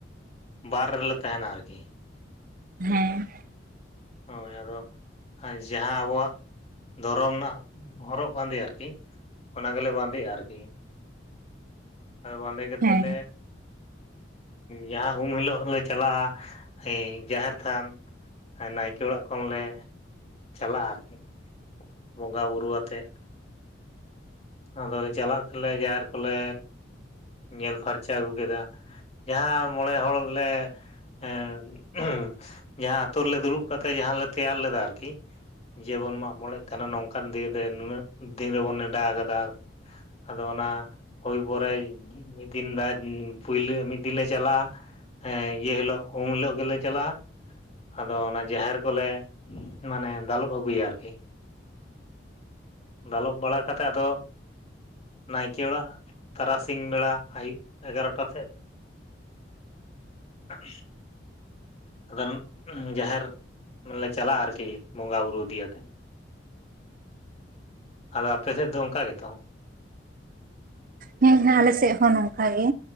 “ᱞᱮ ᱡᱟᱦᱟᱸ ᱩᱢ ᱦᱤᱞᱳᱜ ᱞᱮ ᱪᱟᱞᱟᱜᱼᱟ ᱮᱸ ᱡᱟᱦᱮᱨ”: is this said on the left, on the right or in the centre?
Left